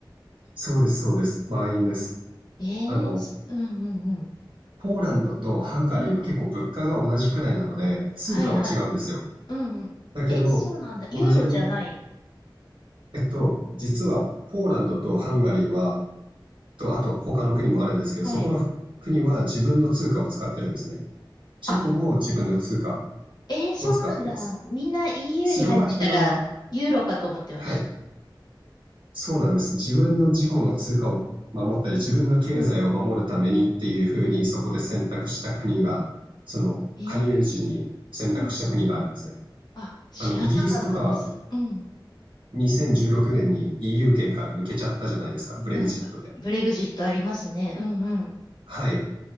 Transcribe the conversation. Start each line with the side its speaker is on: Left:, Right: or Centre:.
Right: そうです、そうです。満員です。
Left: えー、
Right: あの、
Left: すうん、うん、
Right: ポーランドとハンガリーは結構物価が同じくらいなので、
Left: うん。
Right: 通貨は違うんですよ。
Left: はいはい。うんうん。
Right: だけど、
Left: え、そうなんだ。ユーロじゃない。
Right: 同じぐらい。えっと、実はポーランドとハンガリーは、と、あと他の国もあるんですけど、
Left: はい。
Right: そこの国は自分の通貨を使ってるんですね。チェコも自分の通貨
Left: あ、えー、そうなんだ。
Right: を使ってます。
Left: みんな EU
Right: スロバキアは、
Left: に入ってたら、ユーロかと思ってました。
Right: はい、そうなんです。自分の自己の通貨を守ったり、自分の経済を守るためにっていうふうに、
Left: うん。
Right: そこで選択した国が、その加入時に選択した国があるんですね。
Left: えー、うんうん。あ、知らなかったです。
Right: あの、イギリスとか
Left: うん。
Right: 2016年に EU 圏から抜けちゃったじゃないですか、ブレグジットで。
Left: うん。ブ、ブレグジットありますね。うんうん。
Right: はい。